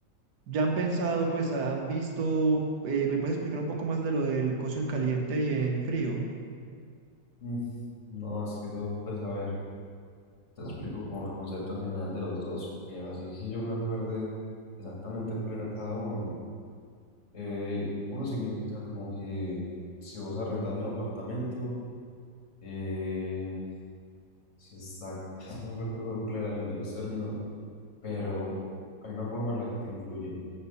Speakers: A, on the right; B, on the left.
A: ya han pensado, pues, han visto, eh, ¿me puedes explicar un poco más de lo del coso en caliente y en frío?
B: Mm, No, es que eso, pues a ver. Te explico como el concepto en general de los dos, pero así que yo me acuerde exactamente cuál era cada uno, ¿no? Eh, uno significa como que si vos arrendas el apartamento, eh, si está, <laughs> es que no recuerdo cuál era el de los términos, pero hay una forma en la que te incluye